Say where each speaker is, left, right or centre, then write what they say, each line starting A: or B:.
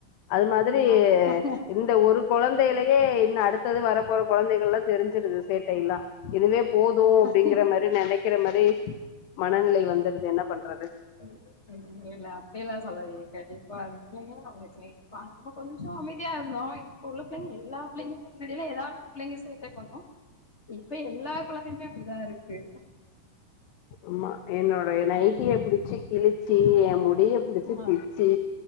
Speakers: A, on the left; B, on the left.
A: அது மாதிரி
B: ஆ
A: இந்த ஒரு கொழந்தையிலயே இன்னு அடுத்தது வரப்போற கொழந்தைகள்லா தெரிஞ்சிருது சேட்டை எல்லா இதுவே போது அப்டிங்கிற
B: ஆ
A: மரே நெனைக்கிற மரே மனநிலை வந்துருது என்ன பண்றது
B: ம் ம் இல்ல இல்ல அப்டியெல்லா சொல்லாதீங்க கண்டிப்பா அந்த பிள்ளைங்க அவுங்க செய்திப்பா நம்ம கொஞ்சோ அமைதியா இருந்தோ இப்ப உள்ள பிள்ளைங்க எல்லா பிள்ளைங்களுமே முன்னடியிலா ஏதாவது ஒரு பிள்ளைங்க சேட்டை பண்ணு இப்ப எல்லா கொழந்தையுமே அப்படிதா இருக்கு
A: ஆமா என்னோட எ நைட்டிய புடிச்சு கிழிச்சி எ முடிய புடிச்சு
B: ஆ
A: பிச்சு